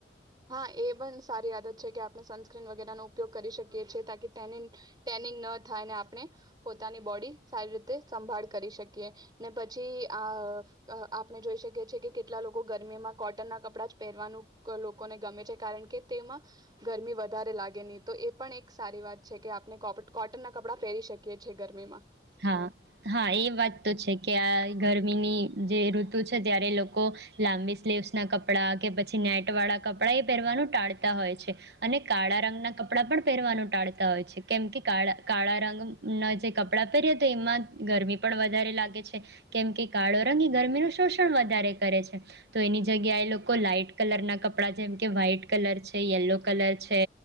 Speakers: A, on the right; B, on the right.
A: હા એ પણ સારી આદત છે કે આપણે સનસ્ક્રીન વગેરેનો ઉપયોગ કરી શકીએ છીએ તાકી ટેનીન ટેનિંગ ન થાય ને આપણે પોતાની બોડી સારી રીતે સંભાળ કરી શકીએ ને પછી આ અ આપણે જોઈ શકીએ છીએ કે કેટલા લોકો ગરમીમાં કોટનના કપડાં જ પહેરવાનું <unintelligible> કોને ગમે છે કારણ કે તેમાં ગરમી વધારે લાગે ની તો એ પણ એક સારી વાત છે કે આપણે કો કોટન ના કપડાં પહેરી શકીએ છીએ ગરમીમાં.
B: હા હા એ વાત તો છે કે આ ગરમીની જે ઋતુ છે ત્યારે લોકો લાંબી સ્લીવસ ના કપડાં કે પછી નેટ વાળા કપડાં એ પહેરવાનું ટાળતા હોય છે અને કાળા રંગના કપડાં પણ પહેરવાનું ટાળતા હોય છે કેમ કે કાળ કાળા રંગન જે કપડાં પહેરીએ તો એમાં ગરમી પણ વધારે લાગે છે કેમ કે કાળો રંગ એ ગરમીનું શોષણ વધારે કરે છે તો એની જગ્યાએ લોકો લાાઈટ કલરના કપડાં જેમ કે વ્હાઈટ કલર છે યલો કલર છે